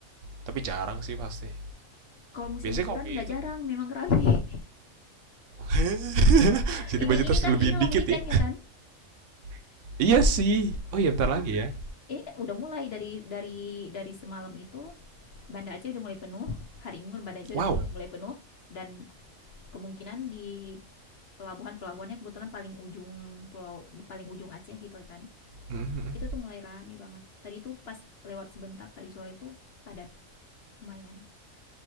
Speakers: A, on the right; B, on the left.
A: tapi jarang sih pasti
B: Kalau musim
A: biasanya
B: liburan
A: kopi
B: nggak
A: itu
B: jarang memang rame.
A: <laughs>
B: <laughs>
A: jadi
B: ini
A: budget
B: ini
A: harus
B: kan
A: dilebihin
B: ini long
A: dikit
B: weekend
A: ya
B: ya kan?
A: <laughs> iya sih oh iya bentar lagi ya
B: Ini kan udah mulai dari dari dari semalam itu Banda Aceh udah mulai penuh. Hari ini Banda Aceh udah
A: wow
B: mulai penuh dan kemungkinan di pelabuhan-pelabuhannya kebetulan paling ujung pulau paling ujung Aceh gitu ya kan
A: Mhm.
B: itu tuh mulai rame banget tadi tuh pas lewat sebentar tadi sore tuh padat lumayan